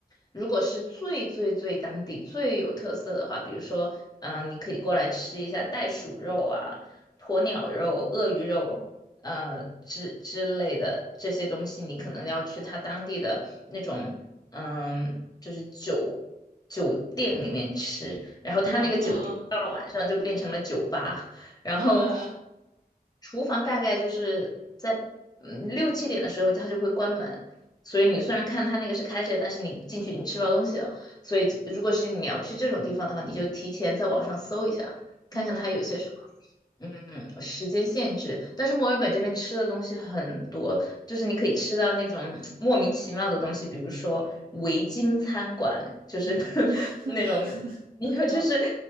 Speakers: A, on the left; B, on the right.
A: 如果是最最最当地最有特色的话，比如说，嗯、你可以过来吃一下袋鼠肉啊、鸵鸟肉、鳄鱼肉。呃之之类的这些东西，你可能要去他当地的那种嗯，就是酒酒店里面吃，然后他那个酒店到了晚上就变成了酒吧，
B: 嗯嗯
A: 然后
B: 嗯
A: 厨房大概就是在嗯六七点的时候他就会关门。所以你虽然看他那个是开着，但是你进去已经吃不到东西了。所以这如果是你要去这种地方的话，你就提前在网上搜一下，看看它有些什么。
B: 嗯
A: 嗯，时间限制，但是墨尔本这边吃的东西很多，就是你可以吃到那种莫名其妙的东西，比如说维京餐馆，就是
B: 嗯嗯嗯嗯
A: <laughs> 那种，你看，
B: 嗯嗯
A: 就是